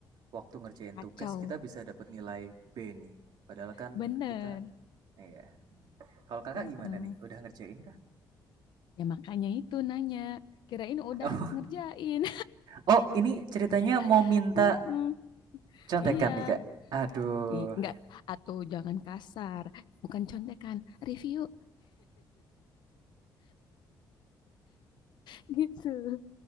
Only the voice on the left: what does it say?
Kacau,
bener.
Heeh.
Ya makanya itu nanya. Kirain udah
ngerjain.
<laughs>
Mm-mm.
Iya,
I- nggak atau jangan kasar, bukan contekan, review <laughs> gitu